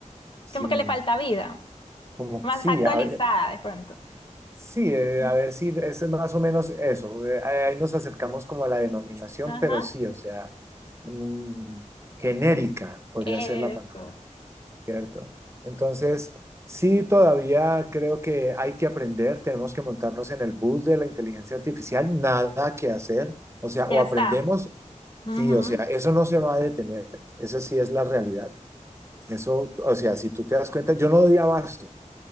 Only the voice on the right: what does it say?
sin
Como
sí,
a ver,
sí, eh,
a ver si es más o menos eso. eh, ahí nos acercamos como a la denominación,
pero sí, o sea, mm, genérica podría
ser la palabra, ¿cierto? Entonces, sí, todavía creo que hay que aprender, tenemos que montarnos en el bus de la inteligencia artificial, nada que hacer, o sea,
o aprendemos,
sí, o sea, eso no se va a detener, esa sí es la realidad. Eso, o sea, si tú te das cuenta, yo no doy abasto.